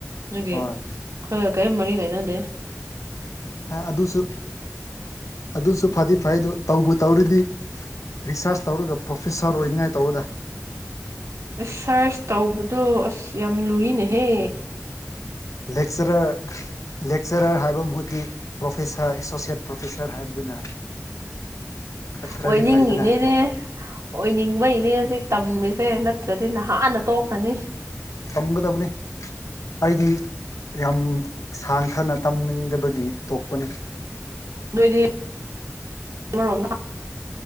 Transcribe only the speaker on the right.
ꯑꯗꯨꯦ
ꯈ ꯀꯩ ꯃꯔꯤ ꯐꯩꯅꯗ
ꯁꯥꯔꯁ ꯇꯧꯕꯗꯣ ꯑꯁ ꯌꯥꯝ ꯂꯨꯏꯅꯦꯍꯦ
ꯑꯣꯏꯅꯤꯡꯉꯤꯅꯦꯅꯦ
ꯑꯣꯏꯅꯤꯡꯕꯩꯅꯦ ꯍꯧꯖꯤꯛ ꯇꯝꯔꯤꯁꯦ ꯠꯇ꯭ꯔꯗꯤ ꯅꯍꯥꯟꯅ ꯇꯣꯛꯈ꯭ꯔꯅꯤ
ꯅꯣꯏꯗꯤ ꯑꯃꯔꯣꯝ